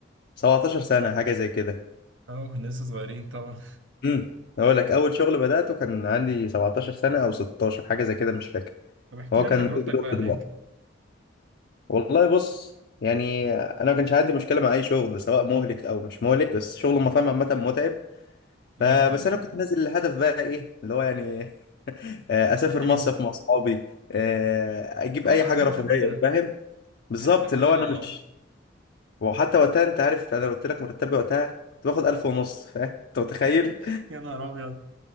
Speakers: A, on the left (about 55°); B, on the right (about 85°).
A: 17 سنه حاجه زي كده
B: اه كنا لسه صغيرين طبعا
A: امم اقول لك اول شغل بداته كان عندي 17 سنه او 16 حاجه زي كده مش فاكر
B: طب احكي
A: هو
B: لي
A: كان
B: عن تجربتك
A: كوك دور
B: بقى
A: دلوقتي
B: هناك
A: والله بص يعني انا ما كانش عندي مشكله مع اي شغل سواء مهلك او مش مهلك بس شغل المطاعم عامه متعب فبس
B: جدا
A: انا
B: اه
A: كنت نازل الهدف بقى ايه اللي هو يعني <laughs> آه، اسافر
B: <laughs>
A: مصيف
B: ايه
A: مع اصحابي آه، اجيب
B: اه
A: اي حاجه
B: اهدافنا
A: رفاهيه
B: كلنا
A: فاهم بالظبط
B: اهدافنا كلنا
A: اللي هو انا
B: اه
A: مش وحتى وقتها انت عارف انا قلت لك مرتبي وقتها كنت باخد 1000 ونص فاهم انت متخيل
B: <laughs> يا نهار ابيض